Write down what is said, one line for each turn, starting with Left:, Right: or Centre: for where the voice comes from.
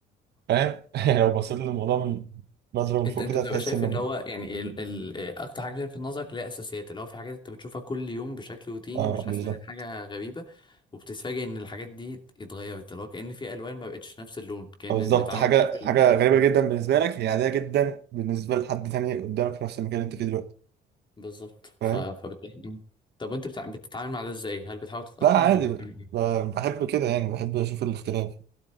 Right: فاهم <laughs> يعني لو بصيت للموضوع من نظره من
Left: انت
Right: فوق
Left: انت
Right: كده
Left: بتبقى
Right: هتحس
Left: شايف
Right: ان
Left: ان
Right: الم-
Left: هو يعني ال... ال... اكتر حاجه في نظرك اللي هي اساسيات اللي هو في حاجات انت بتشوفها كل يوم بشكل روتيني
Right: اه
Left: مش
Right: بالظبط
Left: حاسس ان هي حاجه غريبه وبتتفاجئ ان الحاجات دي اتغيرت اللي هو كأن في الوان ما بقتش نفس اللون كأن
Right: آه، بالظبط
Left: متعود
Right: حاجه
Left: تشوف ال...
Right: حاجه غريبه
Left: اه
Right: جدا بالنسبه لك هي عاديه جدا بالنسبه لحد تاني قدامك في نفس المكان اللي انت فيه دلوقتي
Left: بالظبط ف...
Right: فاهم
Left: فبتلاقي مم. طب وانت بتع... بتتعامل مع ده ازاي هل بتحاول تتأقلم
Right: لا عادي
Left: ولا بتعمل
Right: ب-
Left: ايه
Right: ب- بحب كده يعني بحب اشوف الاختلاف